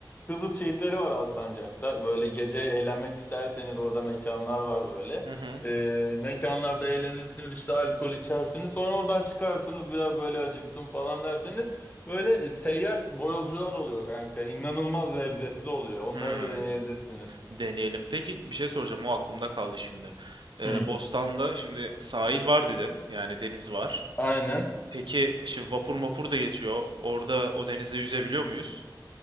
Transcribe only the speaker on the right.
Hı hı.
Hmm,
deneyelim. Peki bir şey soracağım. O aklımda kaldı şimdi. Ee,
Bostan'da şimdi sahil var dedin. Yani deniz var.
Peki şimdi vapur mapur da geçiyor. Orada o denizde yüzebiliyor muyuz?